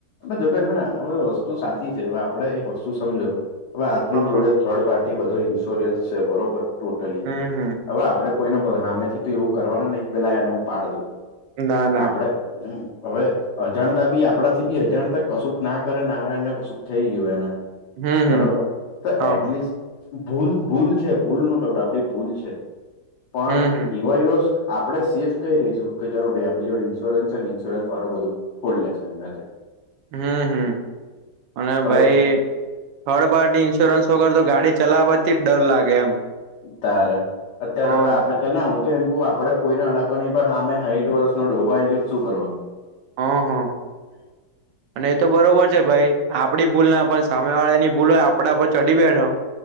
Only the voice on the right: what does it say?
હા
હમ હમ
ના ના
હમ હમ
હા
હા
હમ હમ
હમ હમ અને
ભાઈ હળ બારની ઇન્સ્યોરન્સ વગર તો ગાડી ચલાવવાથી જ ડર લાગે એમ
હા
હા હા
અને એ તો બરોબર છે ભાઈ આપડી ભૂલ ના પણ સામે વાળા ની ભૂલ હોય આપણા પર ચડી બેઠો